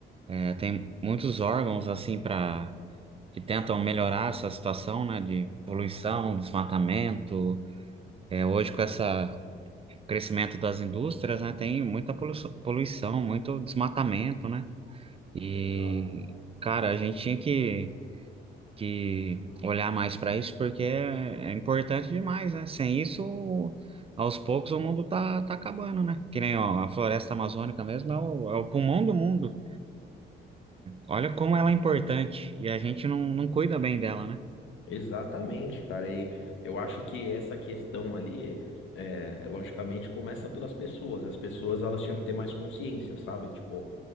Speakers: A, on the right; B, on the left.
A: É, tem muitos órgãos assim para que tentam melhorar essa situação, né, de poluição, desmatamento. É, hoje com essa crescimento das indústrias, né, tem muita poluição, poluição, muito desmatamento, né? E
B: Exato.
A: cara, a gente tinha que que olhar mais para isso porque é, é importante demais, né? Sem isso, aos poucos o mundo tá tá acabando, né? Que nem ó, a floresta amazônica mesmo é o, é o pulmão do mundo. Olha como ela é importante e a gente não, não cuida bem dela, né?
B: Exatamente, cara. E eu acho que essa questão ali, é, é, logicamente, começa pelas pessoas. As pessoas elas tinham que ter mais consciência, sabe? Tipo,